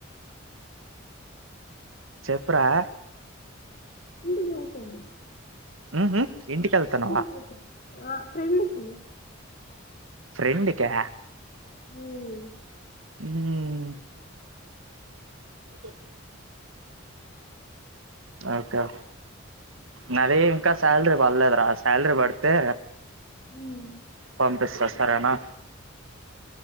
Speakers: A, on the right (about 80°); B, on the left (about 40°).
A: చెప్పురా
B: <unintelligible> అకా ఫె
A: ఉహు ఇంటికెళ్తున్నావా
B: కోస ఆ ఫ్రెండ్ కి
A: ఫ్రెండు కా
B: మ్మ్
A: మ్మ్ <unintelligible> ఓకే నాది ఇంకా శాలరీ పడలేదురా శాలరీ పడితే
B: మ్మ్
A: పంపిస్తా సరేనా